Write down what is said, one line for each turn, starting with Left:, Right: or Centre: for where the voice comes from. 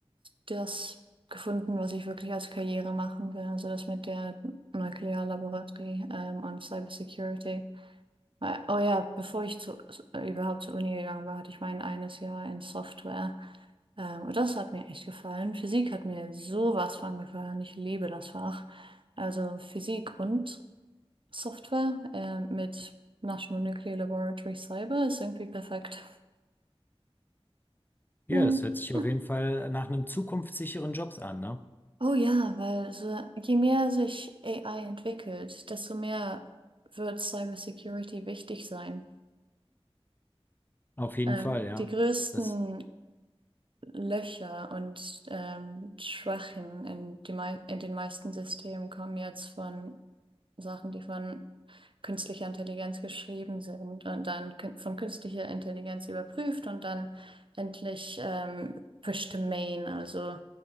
Right: das gefunden, was ich wirklich als Karriere machen will. Also das mit der Nuklearlaboratorie ähm, und Cybersecurity. Weil, oh ja, bevor ich zu, überhaupt zur Uni gegangen war, hatte ich mein eines Jahr in Software. Ähm, und das hat mir echt gefallen. Physik hat mir sowas von gefallen. Ich liebe das Fach. Also Physik und Software ähm, mit National Nuclear Laboratory Cyber ist irgendwie perfekt.
Left: Ja,
Right: Ähm,
Left: das hört sich
Right: ja.
Left: auf jeden Fall nach einem zukunftssicheren Job an, ne?
Right: Oh ja, weil so, je mehr sich AI entwickelt, desto mehr wird Cybersecurity wichtig sein.
Left: Auf jeden
Right: Ähm,
Left: Fall, ja.
Right: die größten
Left: Das,
Right: Löcher und ähm, Schwachen in, die mei- in den meisten Systemen kommen jetzt von Sachen, die von künstlicher Intelligenz geschrieben sind und dann kün- von künstlicher Intelligenz überprüft und dann endlich ähm, pushed to main, also